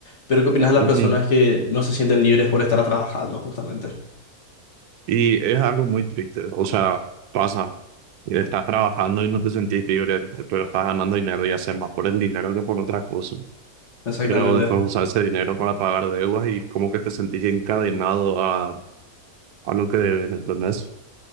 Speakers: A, on the left; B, on the right.
A: pero ¿qué opinás de las
B: Ujú.
A: personas que no se sienten libres por estar trabajando, justamente?
B: Y es algo muy triste, o sea, pasa, estás trabajando y no te sentís libre, pero estás ganando dinero y haces más por el dinero que por otras cosas.
A: Exactamente.
B: pero después usar ese dinero para pagar deudas y como que te sentís encadenado a, a lo que debes, ¿entendés?